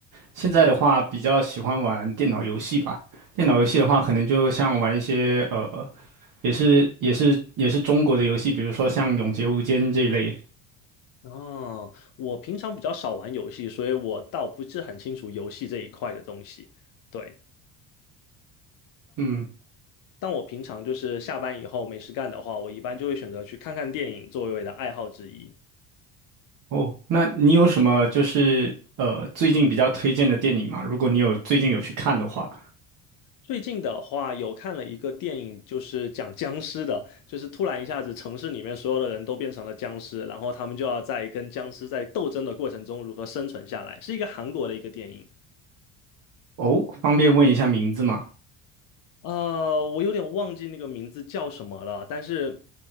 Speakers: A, on the right; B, on the left.
A: 现在的话，比较喜欢玩电脑游戏吧。电脑游戏的话，可能就像玩一些呃，也是也是也是中国的游戏，比如说像《永劫无间》这一类。
B: 哦，我平常比较少玩游戏，所以我倒不是很清楚游戏这一块的东西。对，
A: 嗯，
B: 但我平常就是下班以后没事干的话，我一般就会选择去看看电影作为我的爱好之一。
A: 哦，那你有什么就是呃最近比较推荐的电影吗？如果你有最近有去看的话，
B: 最近的话，有看了一个电影，就是讲僵尸的，就是突然一下子城市里面所有的人都变成了僵尸，然后他们就要在跟僵尸在斗争的过程中如何生存下来，是一个韩国的一个电影。
A: 哦，方便问一下名字吗？
B: 呃，我有点忘记那个名字叫什么了，但是，